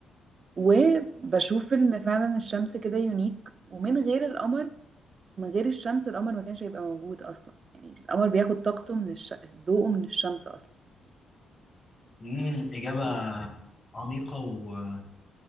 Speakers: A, on the right; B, on the left.
A: وبشوف ان فعلا الشمس كده يونيك ومن غير القمر من غير الشمس القمر ما كانش هيبقى موجود اصلا يعني القمر بياخد طاقته من الش... ضوءه من الشمس اصلا
B: امم اجابة عميقة و-